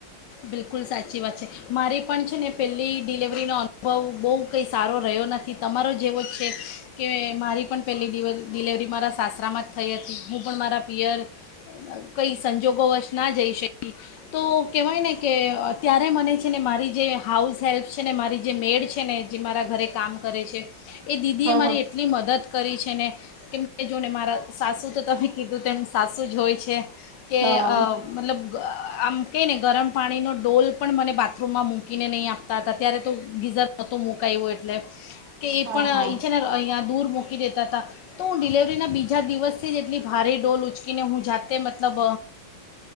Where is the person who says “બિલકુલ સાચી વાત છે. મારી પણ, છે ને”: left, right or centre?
Left